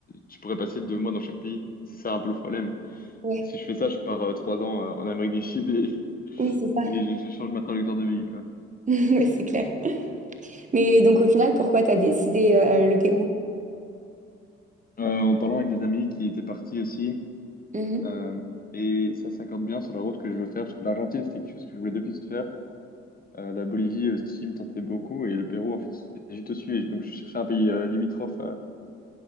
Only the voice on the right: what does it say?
ouais.
Oui,
c'est ça.
<laughs> Ouais, c'est clair. Mais donc au final, pourquoi t'as décidé euh, le Pérou?
Mhm.